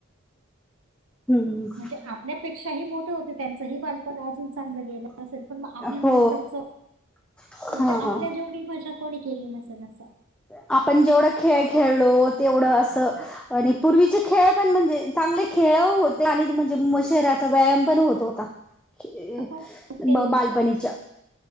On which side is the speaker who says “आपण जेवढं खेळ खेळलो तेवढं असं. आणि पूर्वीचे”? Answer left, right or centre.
Centre